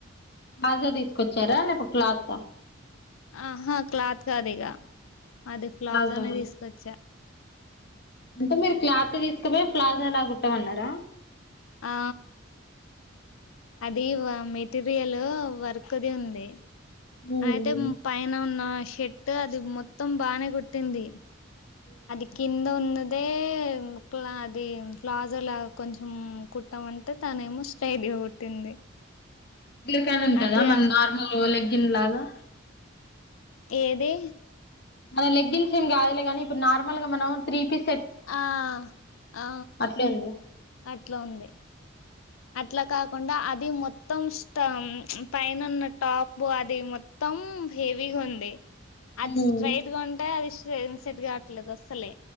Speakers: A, on the left; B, on the left.
A: ఫ్లాజో తీసుకొచ్చారా లేక క్లాత్
B: ఆహా క్లాత్ కాదు ఇక అది ఫ్లాజ్
A: ప్లాజోనే
B: అనే తీసుకొచ్చా
A: అంటే మీరు క్లాత్ తీసుకుపోయి ప్లాజో లా కుట్టమన్నారా
B: ఆ అది మెటీరియల్ వర్క్ ది ఉంది
A: ఉమ్
B: అయితే పైన ఉన్న షెట్ అది మొత్తం బానే కొట్టింది అది కింద ఉన్నది దే ఇంట్ల అది ప్లాజో లా కొంచెం కుట్ట మంటే తనే ఏమో స్టైట్ లాగ కుట్టింది
A: కైనా ఉంటదా
B: అదే
A: మన నార్మల్ ల ఇలాగా
B: ఏదే
A: మన లెగ్గిన్ సేమ్ కావాలేగానీ ఇప్పుడు నార్మల్ గా మనం త్రీ పీసెస్
B: ఆ ఆ
A: అట్లుందా
B: అట్లు ఉంది అట్లా కాకుండా అది మొ మొత్తం ష్టం పైన ఉన్న టాప్ అది మొత్తం హెవీగా ఉంది
A: ఉమ్
B: అది స్ట్రైట్ గా ఉంటె అది జెమ్ సెట్ కాట్లేదు అస్సలే